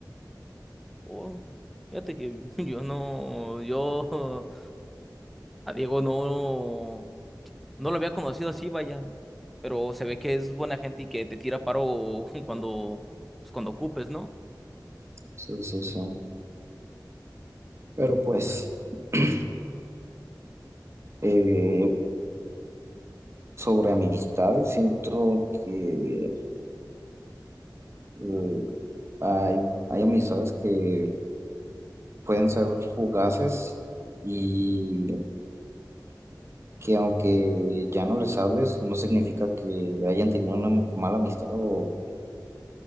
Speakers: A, in the centre; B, on the right.
A: Oh, fíjate que <laughs> yo no, yo a Diego no, no lo había conocido así, vaya, pero se ve que es buena gente y que te tira paro <laughs> cuando, pues, cuando ocupes, ¿no?
B: Sí, sí, sí. Pero pues <clears throat> eh, sobre amistades, siento que eh, hay, hay amistades que pueden ser fugaces y que aunque ya no les hables, no significa que hayan tenido una mala amistad o,